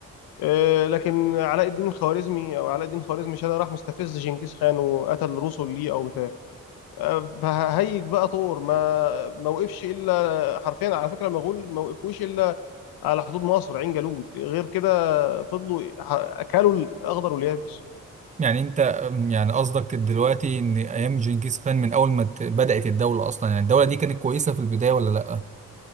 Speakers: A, on the left; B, on the right.
A: آه، لكن علاء الدين الخوارزمي او علاء الدين الخوارزمي شاه ده راح مستفز جنكيز خان وقتل رسل ليه او بتاع آه، فهيج بقى طور ما ما وقفش الا حرفيا على فكره المغول ما وقفوش الا على حدود مصر عين جالوت غير كده فضلوا ح- اكلوا الاخضر واليابس
B: يعني انت أم، يعني قصدك دلوقتي ان ايام جنكيز خان من اول ما ت- بدأت الدولة اصلا يعني الدولة دي كانت كويسة في البداية ولا لا